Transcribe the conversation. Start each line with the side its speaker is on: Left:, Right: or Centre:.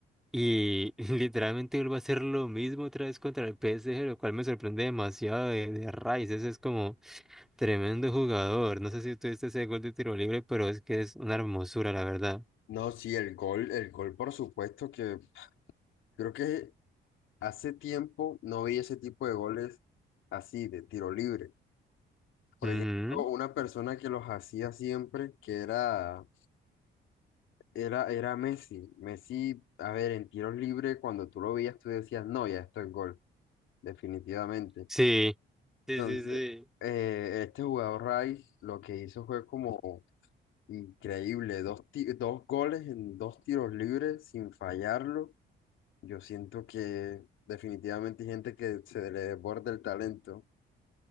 Centre: Y <laughs> literalmente vuelve a hacer lo mismo otra vez contra el PSG, lo cual me sorprende demasiado de, de Rice. Ese es como tremendo jugador. No sé si tuviste ese gol de tiro libre, pero es que es una hermosura, la verdad.
Left: No, sí, el gol, el gol, por supuesto, que creo que hace tiempo no veía ese tipo de goles así, de tiro libre. Por
Centre: Ujú.
Left: ejemplo, una persona que los hacía siempre, que era. Era, era Messi. Messi, a ver, en tiros libres, cuando tú lo veías, tú decías, no, ya esto es gol, definitivamente.
Centre: Sí, sí,
Left: Entonces,
Centre: sí, sí.
Left: eh, este jugador Rice lo que hizo fue como increíble, dos, ti- dos goles en dos tiros libres sin fallarlo. Yo siento que definitivamente hay gente que se le desborda el talento.